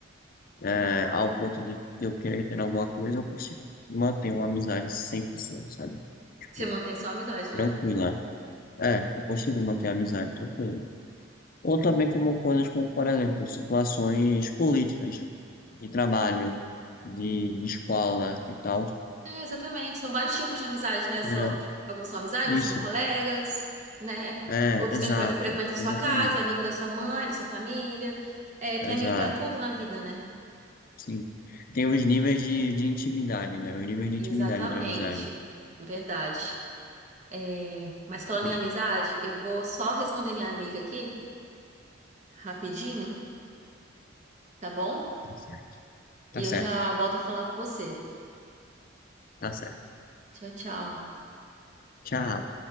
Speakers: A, on the left; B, on the right.
A: é, ao ponto de eu querer ter alguma coisa, eu consigo manter uma amizade cem por cento sabe? Tipo,
B: Você mantém só a amizade,
A: tranquila.
B: né?
A: É, eu consigo manter a amizade tranquila. Ou também como coisas como, por exemplo, situações políticas, de trabalho, de, de escola e tal.
B: É, exatamente. São vários tipos de amizade, né? São,
A: Tá ligado?
B: alguns são amizades,
A: Isso.
B: são colegas, né?
A: É,
B: Outros
A: exato,
B: frequen- frequentam a sua
A: exatamente,
B: casa, é amigo da sua mãe, da sua família. É, tem
A: exato,
B: amigo pra tudo na vida, né?
A: sim. Tem os níveis de, de intimidade, né? Os níveis de
B: Exatamente.
A: intimidade de amizade.
B: Verdade. É, mas falando
A: É,
B: em amizade, eu vou só responder minha amiga aqui, rapidinho, tá bom?
A: Tá certo, tá
B: E eu
A: certo,
B: já volto a falar com você.
A: tá certo.
B: Tchau, tchau.
A: Tchau.